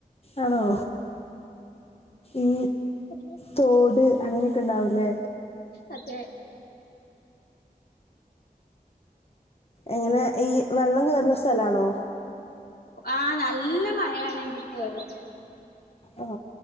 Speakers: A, on the left; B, on the left.
A: ആണോ ഈ
B: അതെ
A: തോട് അങ്ങനെയൊക്കെ ഉണ്ടാവൂല്ലേ
B: അതെ
A: എങ്ങനെ ഈ വെള്ളം കയറുന്ന സ്ഥലാണോ
B: ആഹ നല്ല മഴയാണെങ്കിൽ കയറും
A: ആഹ